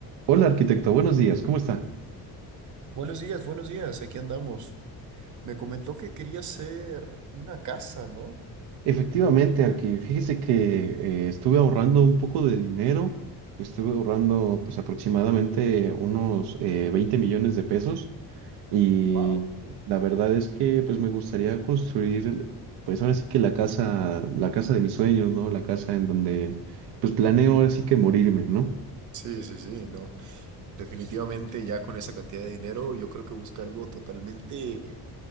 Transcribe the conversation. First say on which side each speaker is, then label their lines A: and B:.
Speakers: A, on the right; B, on the right.
A: Hola arquitecto, buenos días, ¿cómo está?
B: Buenos días, buenos días, aquí andamos. Me comentó que quería hacer una casa, ¿no?
A: Efectivamente, Arqui, fíjese que eh, estuve ahorrando un poco de dinero, estuve ahorrando pues aproximadamente unos eh, 20 millones de pesos y
B: Wow, sí.
A: la verdad es que pues me gustaría construir pues ahora sí que la casa, la casa de mis sueños, ¿no? La casa en donde pues planeo ahora sí que morirme, ¿no?
B: Sí, sí, sí, no. Definitivamente ya con esa cantidad de dinero, yo creo que busca algo totalmente